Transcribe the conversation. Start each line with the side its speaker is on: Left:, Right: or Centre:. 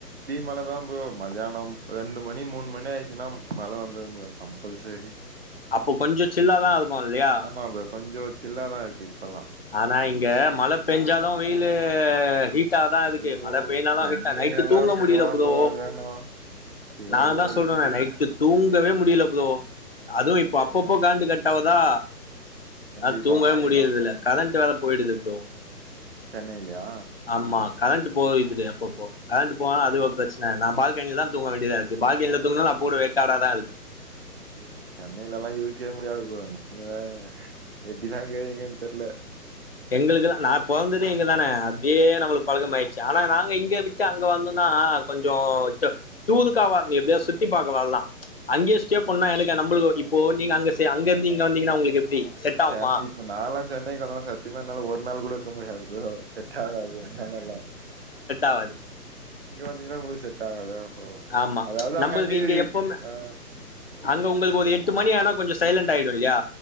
Right: மல தா ப்ரோ மதியானம் ரெண்டு மணி மூணு மணி ஆயிடுச்சுன்னா மல வந்துரு ப்ரோ கம்பல்சரி
Left: அப்போ கொஞ்சோ சில்லாதா இருக்கு இல்லையா
Right: ஆமா ப்ரோ கொஞ்சோ சில்லாதா இருக்கு இப்பல்லா
Left: ஆனா இங்க மல பேஞ்சாலு வெயில்லு ஹீட் டாதா இருக்கு
Right: ஐயோ
Left: மழ பேஞ்சாலு
Right: சென்னை
Left: ஹீட்டா நைட்டு
Right: எல்லா
Left: தூங்க
Right: சொல்லவா
Left: முடில ப்ரோ
Right: வேணு
Left: நா
Right: எவ்ளோ
Left: தா
Right: ஹீட்டு
Left: சொல்றனே நைட்டு
Right: செம்ம
Left: தூங்கவே
Right: ஹீட்டு
Left: முடியல ப்ரோ
Right: ஆமா
Left: அதுவு
Right: ஆமா
Left: இப்ப
Right: ப்ரோ
Left: அப்பப்போ கரண்டு கட்டாவுதா
Right: கண்டிப்பா
Left: அது தூங்கவே முடியறது இல்ல கரண்டு
Right: ஆ
Left: வேற போயிடுது ப்ரோ
Right: சென்னைலயா
Left: ஆமா கரண்ட் போயிகுது அப்போ அப்போ கரண்ட் போனாலு அது ஒரு பிரச்சன நா பால்கனில தூங்க வேண்டியதா இருக்கு பால்கனில தூங்குனாலு போடு வேக்காடாதா இருக்கு
Right: ஐயோ சென்னையில எல்லா இருக்கவே முடியாது ப்ரோ நீங்க வேற எப்டிதா இருக்கீங்கன்னு தெர்ல <inaudible>
Left: எங்களுக்குல்லா நா பொறந்ததே இங்க தான அப்டியே நம்மளுக்கு பழகம் ஆயிடுச்சு ஆனா நாங்க இங்க விட்டு அங்க வந்தோனா அ கொஞ்சோ தூதுக்காவா எப்படியா சுத்தி பாக்கலால்ல அங்கே ஸ்டே பன்னா எனக்கு நம்பளுக்கு இப்போ நீங்க அங்க அங்க இருந்து இங்க வந்தீங்கன்னா உங்களுக்கு எப்டி செட் ஆகுமா
Right: சென்னை இப்ப நாளா சென்னைக்கு வந்தனா சத்தியமா என்னால ஒரு நாள் கூட இருக்க முடியாது செட்டாகாது என்னாலலா
Left: ஆவது
Right: இங்க வந்தீங்கன்னா நம்மளு செட் ஆகாது ஓஹோ
Left: ஆமா
Right: அதாவது அங்க
Left: நம்மளுக்கு
Right: அங்கயே
Left: இங்க எப்பவுமே
Right: ஆ
Left: அங்க உங்களுக் ஒரு எட்டு மணி ஆனா கொஞ்ச சைலண்ட் ஆயிடு இல்லையா